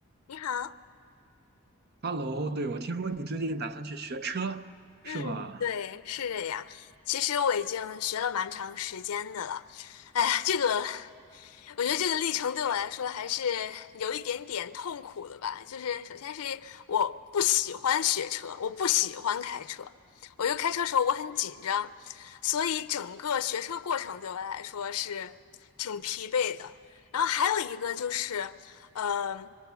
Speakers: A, on the left; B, on the right.
A: 你好，
B: Hello，对，我听说你最近打算去学车，
A: 嗯，
B: 是吗？
A: 对，是这样。其实我已经学了蛮长时间的了。哎呀，这个，我觉得这个历程对我来说还是有一点点痛苦的吧。就是首先是我不喜欢学车，我不喜欢开车，我就开车的时候我很紧张，所以整个学车过程对我来说是挺疲惫的。然后还有一个就是，呃，